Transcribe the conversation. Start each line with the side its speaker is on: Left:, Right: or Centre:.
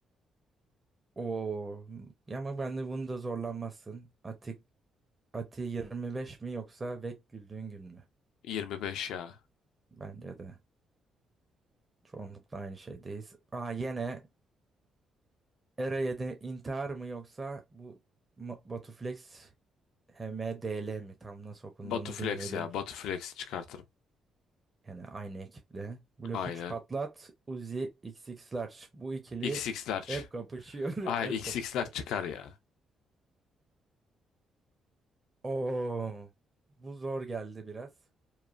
Right: Oo, ya ama ben de bunu da zorlanmazsın. Ati, Ati 25 mi yoksa Vek güldüğün gün mü?
Left: 25 ya.
Right: Bence de çoğunlukla aynı şeydeyiz. Aa yine Era 7 intihar mı yoksa bu Ma- Batuflex HMDL mi? Tam nasıl okunduğunu
Left: Batu Flex
Right: bilmedim.
Left: ya. Batu Flex'i çıkartırım.
Right: Yani aynı ekiple. Blok
Left: Aynen.
Right: üç patlat, Uzi XX'lar. Bu ikili
Left: x XX'ler. çı-
Right: hep kapışıyor,
Left: Ay
Right: <laughs> hep
Left: X
Right: kapışır.
Left: xler çıkar ya.
Right: Oo, bu zor geldi biraz.